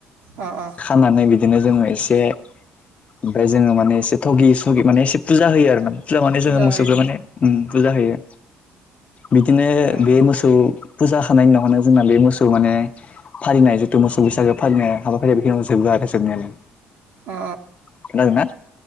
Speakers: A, on the right; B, on the left.
A: अ अ।
B: खानानै बिदिनो जोङो एसे ओमफ्राय जोङो माने एसे थगिुगि माने एसे फुजा होयो आर नाुजा मे
A: फुजा
B: जोङोसौखौ
A: होयो
B: माने फुजा होयो बिदिनो
A: अ
B: बे मोसौ फुजााखानाय उनावनो जोंना बे मोसौ माने फानाय जिथु मोसौ बैसागो फालिनाय हाबाफारिया बेखिनियाव जोबो आरो जोबनायालाय
A: अ
B: खोनादोंना